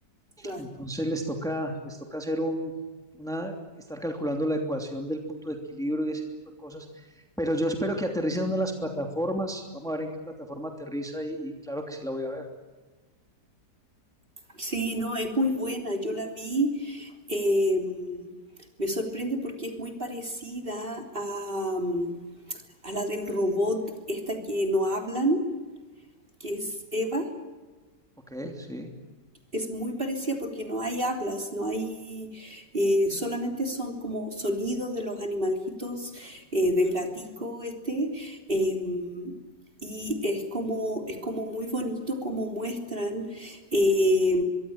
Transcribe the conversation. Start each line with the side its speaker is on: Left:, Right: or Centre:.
Right: claro.
Centre: Entonces les toca, les toca hacer un, una, estar calculando la ecuación del punto de equilibrio y ese tipo de cosas. Pero yo espero que aterrice en una de las plataformas. Vamos a ver en qué plataforma aterriza y, y claro que sí la voy a ver.
Right: Sí, no, es muy buena. Yo la vi. eh, me sorprende porque es muy parecida a, mm, a la del robot, esta que no hablan, que es Eva.
Centre: Ok, sí.
Right: es muy parecida porque no hay hablas, no hay, eh, solamente son como sonidos de los animalitos, eh, del gatico este, eh, y es como, es como muy bonito como muestran eh,